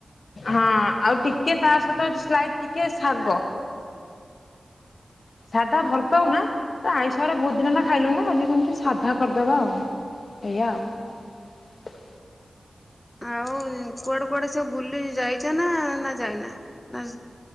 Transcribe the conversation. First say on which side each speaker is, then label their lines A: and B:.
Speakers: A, on the left (about 65°); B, on the left (about 20°).
A: ହଁ ଆଉ ଟିକେ ତା ସହିତାଇ ଟିକେ ଶାଗ ସାଧା ଭଲ ପାଉନା ଆଇଁଷରେ ବହୁତ ଦିନ ହେଲା ଖାଇଲୁ ନା ଆଜି କମତି ସାଧା କରିଦବା ଆଉ ଏଇଆ ଆଉ।
B: ଆଉ କୁଆଡେ କୁଆଡେ ସୁ ବୁଲି ଯାଇଛ ନା ନା ଯାଇନା ନା